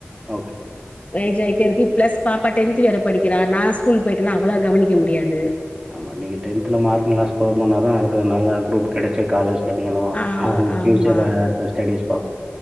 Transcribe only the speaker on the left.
ஏஜ் ஆய் ட்டேருக்கு பிளஸ் பாப்பா டென்த் வேற படிக்கிறா நா ஸ்கூலுக்கு போயிட்டேனா அவ்வள கவனிக்க முடியாது
ஆ
ஆமா